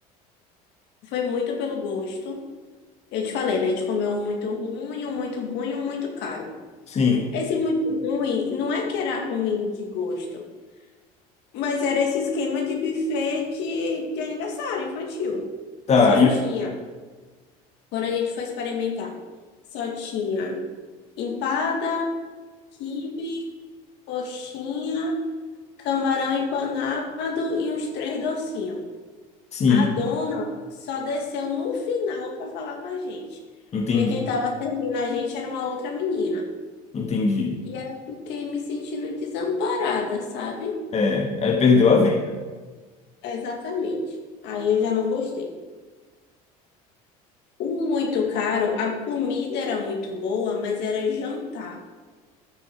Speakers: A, on the left (about 65°); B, on the left (about 35°).
A: Foi muito pelo gosto. Eu te falei, né? A gente comeu um muito ruim, um muito bom e um muito caro.
B: Sim,
A: Esse muito ruim, não é que era ruim de gosto, mas era esse esquema de buffet de, de aniversário infantil.
B: tá.
A: Só
B: E
A: tinha,
B: eu-
A: quando a gente foi experimentar, só tinha empada, quibe, coxinha, camarão empanado e uns três docinhos.
B: Sim,
A: A dona só desceu no final para falar com a gente,
B: entendi,
A: porque quem estava servindo a gente era uma outra menina.
B: entendi.
A: E aí eu fiquei me sentindo desamparada, sabe?
B: É, aí perdeu a venda.
A: Exatamente. Aí eu já não gostei. O muito caro, a comida era muito boa, mas era jantar.